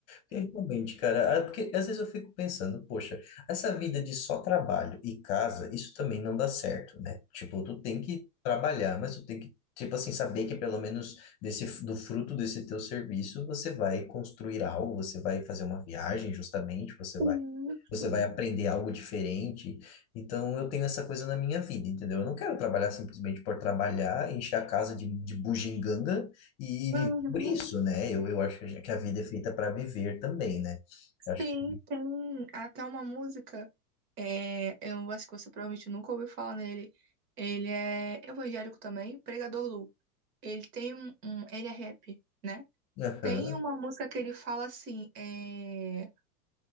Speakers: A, on the left; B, on the right.
A: Porque realmente, cara, ah, porque às vezes eu fico pensando, poxa, essa vida de só trabalho e casa, isso também não dá certo, né? Tipo, tu tem que trabalhar, mas tu tem que, tipo assim, saber que pelo menos desse, do fruto desse teu serviço, você vai construir algo, você vai fazer uma viagem, justamente, você vai
B: Isso.
A: você vai aprender algo diferente. Então, eu tenho essa coisa na minha vida, entendeu? Eu não quero trabalhar simplesmente por trabalhar, encher a casa de, de bugiganga e, viver
B: Uhum.
A: por isso, né? Eu, eu acho que a que a vida é feita para viver também, né? Eu acho
B: Sim,
A: que.
B: tem até uma música. É, eu acho que você provavelmente nunca ouviu falar nele. Ele é evangélico também, Pregador Lu. Ele tem um, um- ele é rap, né?
A: Aham,
B: Tem uma música que ele fala assim, é,